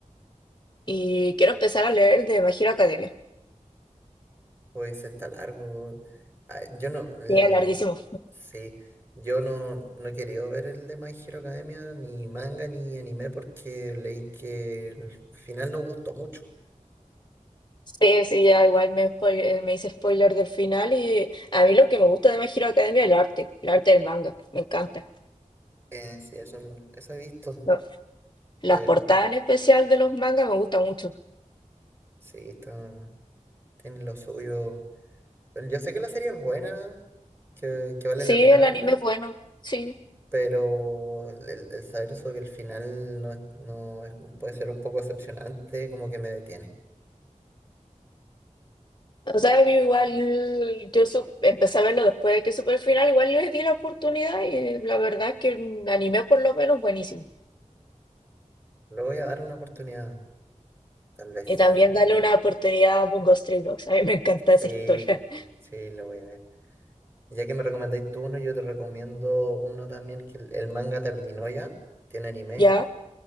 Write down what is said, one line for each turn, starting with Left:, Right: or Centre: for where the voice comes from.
Left: y quiero empezar a leer el de My Hero Academia.
Right: Pues está largo. Ah, yo no, el-
Left: Sí, es larguísimo.
Right: sí, yo no, no he querido ver el de My Hero Academia, ni manga, ni anime, porque leí que el final no gustó mucho.
Left: Sí, sí, ya igual me, spoil- eh, me hice spoiler del final y a mí lo que me gusta de My Hero Academia es el arte, el arte del manga, me encanta.
Right: Eh, sí, eso, eso he visto,
Left: No, las
Right: pero
Left: portadas en especial de los mangas me gustan mucho.
Right: sí, está, tiene lo suyo. Yo sé que la serie es buena, que, que vale
Left: Sí,
Right: la pena
Left: el
Right: verla,
Left: anime es bueno, sí.
Right: pero el, el saber eso que el final no, es- no es- puede ser un poco decepcionante, como que me detiene.
Left: O sea, yo igual, yo su- empecé a verlo después de que supe el final, igual les di la oportunidad y la verdad es que el anime por lo menos buenísimo.
Right: Le voy a dar una oportunidad. Tal vez.
Left: Y también
Right: no.
Left: dale una oportunidad a Bungo Stray Dogs. A mí me encanta esa
Right: Sí,
Left: historia. <laughs>
Right: sí, lo voy a ver. Ya que me recomendáis tú uno, yo te recomiendo uno también que el, el manga terminó ya, tiene anime,
Left: Ya,